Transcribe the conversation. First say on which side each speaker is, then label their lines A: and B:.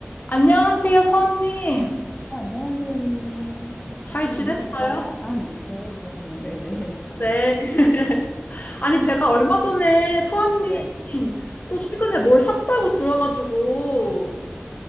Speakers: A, on the left (about 40°); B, on the left (about 20°).
A: 안녕하세요, 서원님.
B: 어, 안녕하세요, 유미님.
A: 잘
B: 잘
A: 지냈어요?
B: 지내셨어요? 아, 네, 그럼요. 네네.
A: 네. <laughs> 아니, 제가 얼마 전에 서원님
B: 네,
A: 또 최근에 뭘 샀다고 들어가지고